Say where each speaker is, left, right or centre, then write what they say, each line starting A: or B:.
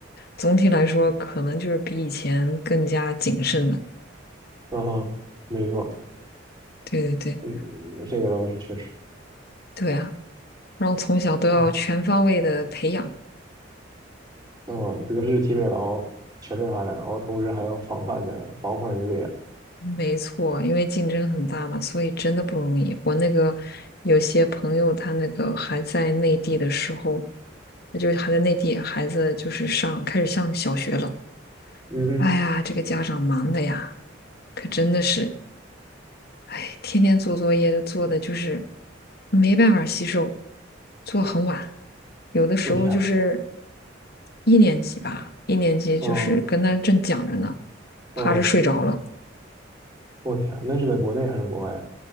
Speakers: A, on the left; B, on the right.
A: 总体来说，可能就是比以前更加谨慎了。
B: 啊哈，没错，
A: 对对对，
B: 嗯，嗯这个倒是确实。
A: 对啊，然后从小都要全方位的培养，
B: 哎，哦，德智体美劳全面发展，然后同时还要防范着防患于未然。
A: 没错，因为竞争很大嘛，所以真的不容易。我那个有些朋友，他那个还在内地的时候，那就是还在内地，孩子就是上，开始上小学了。
B: 嗯哼，
A: 哎呀，这个家长忙的呀，可真的是。哎，天天做作业做的就是没办法吸收，做很晚，有的时候就是
B: 我天呐，
A: 一年级吧，一年级就是跟他正讲着呢，
B: 哦哦，
A: 趴着睡着了。
B: 我天啊，那是在国内还是国外啊